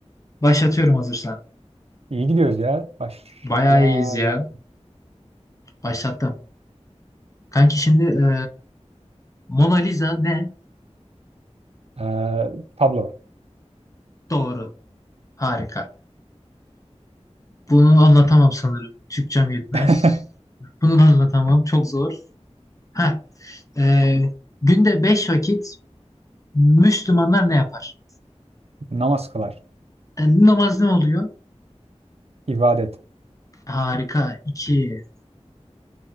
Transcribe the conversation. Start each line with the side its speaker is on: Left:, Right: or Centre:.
Left: Başlatıyorum hazırsan.
Right: İyi gidiyoruz ya. Başlayalım.
Left: Bayağı iyiyiz ya. Başlattım. Kanki şimdi e, Mona Lisa ne?
Right: Ee, tablo.
Left: Doğru. Harika. Bunu anlatamam sanırım. Türkçem yetmez.
Right: <laughs>
Left: Bunu da anlatamam. Çok zor. Ha, e, günde beş vakit Müslümanlar ne yapar?
Right: Namaz kılar.
Left: E, namaz ne oluyor?
Right: ibadet.
Left: Harika. İki.